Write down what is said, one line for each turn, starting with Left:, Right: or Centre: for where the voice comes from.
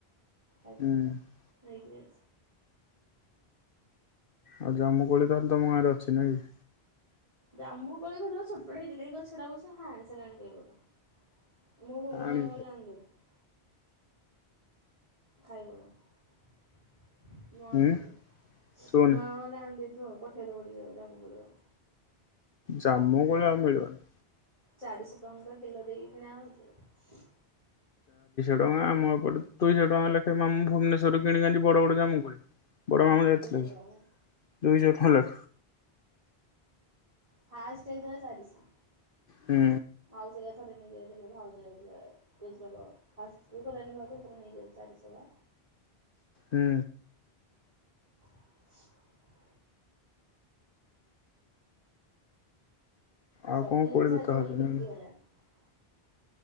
Right: ଆ ନେଇଯିବେ।
Left: ହୁଁ ଆଉ ଜାମୁ କୋଳି ତାହେଲେ ତମ ଗଁରେ ଅଛି ନାଇକି?
Right: ଜାମୁକୋଳି ଖଣ୍ଡ ଛୋଟପଟ ହେଇଥିଲା ଗଛଟା କୁ ହାଣି ସାରିଲେଣି କେବେଠୁ। ମୁଁ ନୂଆ
Left: ଆଣି
Right: ଗଲେ ଆଣିଦେଇଛି। ଖାଇବ? <inaudible> ମା
Left: ହୁଁ
Right: ମା
Left: ଶୁଣୁ
Right: ଗଲେ ଆଣିଦେବେ। ଖୁହ ପଠେଇଦବ ଟିକେ ଜାମୁ କୋଳି ଆଉ।
Left: ଜାମୁ କୋଳି ଆଉ ମିଳୁନି।
Right: ଚାରିଶ। <unintelligible> କିିଲୋ ଦେଖି କିିଣା ହଉଛି।
Left: ତମେ, ଆମ ଏପଟେ ଦୁଇଶହ ଟଙ୍କା ଲେଖା ମାମୁଁ ଭୁବନେଶ୍ୱରରୁ କିଣିିକି ଆଣିଛି ବଡ ବଡ କାମୁ କୋଳି। ବଡ ମାମୁଁ ଯାଇଥିଲେ
Right: ଦୁଇଶହ ଟଙ୍କା
Left: ଦୁଇଶ। <unintelligible>
Right: ଫାଷ୍ଟ୍ ହେଇଥିଲା ଚାରିଶ।
Left: ହୁଁ
Right: ଆଉ ସେଟା ଥରେ ନେଇଯାଇଥିଲି, ଭାଉଜ ଯାଇଥିଲା ଏଇଥରକ ଫାଷ୍ଟ୍ ଯେତେବେଳେ <inaudible> ଭାଉଜ ନେଇଗଲି ଚାରିଶ ପା
Left: ହୁଁ।
Right: <unintelligible>
Left: ଆଉ
Right: ସବୁ
Left: କଣ
Right: ଜିନିଷ
Left: କୋଳି ବିକା
Right: ଆଜିକାଲି
Left: ହଉଛି ନାଇଁ
Right: ବିକ୍ରି ହେଲାଣି।